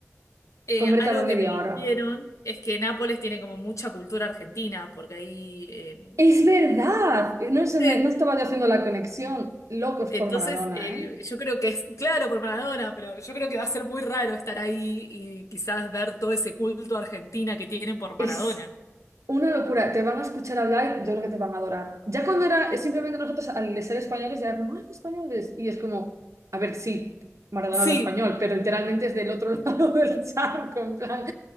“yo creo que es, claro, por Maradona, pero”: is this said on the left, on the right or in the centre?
Left